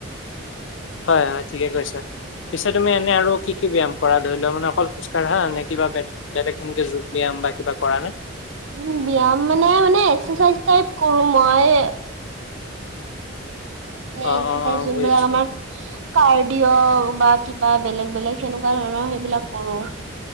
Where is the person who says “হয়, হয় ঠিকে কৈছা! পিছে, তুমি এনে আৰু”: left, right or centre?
Left